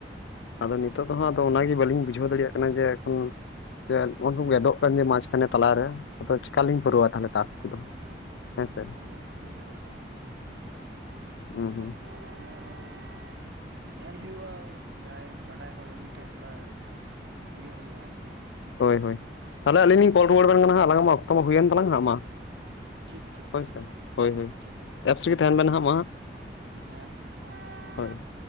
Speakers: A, on the left; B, on the right.
A: ᱟᱫᱚ ᱱᱤᱛᱚᱜ ᱫᱚ ᱦᱟᱸᱜ ᱚᱱᱟᱜᱮ ᱵᱟᱹᱞᱤᱧ ᱵᱩᱡᱷᱟᱹᱣ ᱫᱟᱲᱮᱭᱟᱜ ᱠᱟᱱᱟ ᱡᱮ ᱮᱠᱷᱚᱱ ᱡᱮ ᱱᱚᱜᱼᱚᱭ ᱜᱮᱫᱚᱜ ᱠᱟᱱᱡᱮ ᱢᱟᱪᱷ ᱠᱟᱱᱮ ᱛᱟᱞᱟ ᱨᱮ ᱟᱫᱚ ᱪᱮᱠᱟ ᱞᱤᱧ ᱯᱩᱨᱟᱹᱣᱟ ᱛᱟᱞᱦᱮ ᱴᱟᱥᱠ ᱠᱚᱫᱚ ᱦᱮᱸᱥᱮ
B: ᱢᱟ ᱜᱮᱫ ᱢᱟ ᱜᱮᱫᱚᱜ ᱠᱟᱱ ᱜᱮ ᱚᱱᱟ ᱢᱟᱱᱮ
A: ᱦᱩᱸ ᱦᱩᱸ
B: ᱟᱫᱚ ᱚᱱᱮ ᱚᱱᱟᱜᱮ ᱧᱮᱞ ᱦᱩᱭᱩᱜᱼᱟ᱾ ᱡᱟᱦᱟᱸᱭ ᱵᱟᱰᱟᱭ ᱦᱚᱲ ᱩᱱᱤ ᱴᱷᱮᱡ ᱛᱷᱚᱲᱟ ᱤᱭᱟᱹ ᱦᱩᱭᱩᱜᱼᱟ ᱦᱮᱸ ᱥᱮ ᱵᱟᱝ
A: ᱦᱳᱭ ᱦᱳᱭ ᱛᱟᱞᱦᱮ ᱟᱹᱞᱤᱧ ᱞᱤᱧ ᱠᱚᱞ ᱨᱩᱣᱟᱹᱲ ᱟᱵᱮᱱ ᱠᱟᱱᱟ ᱦᱟᱸᱜ ᱟᱞᱟᱝ ᱢᱟ ᱱᱤᱛᱚᱜ ᱢᱟ ᱦᱩᱭᱮᱱ ᱛᱟᱞᱟᱝᱼᱟ ᱦᱟᱸᱜ ᱢᱟ
B: ᱴᱷᱤᱠ ᱴᱷᱤᱠ
A: ᱦᱚᱭᱥᱮ
B: ᱴᱷᱤᱠ
A: ᱦᱚᱭ ᱦᱚᱭ
B: ᱴᱷᱤᱠ
A: ᱮᱯᱥ
B: ᱦᱳᱭ
A: ᱨᱮᱜᱮ ᱛᱟᱦᱮᱱ ᱵᱮᱱ ᱦᱟᱸᱜ ᱢᱟᱦᱟᱸᱜ
B: ᱦᱮᱸ ᱢᱟ ᱛᱚᱵᱮ
A: ᱦᱳᱭ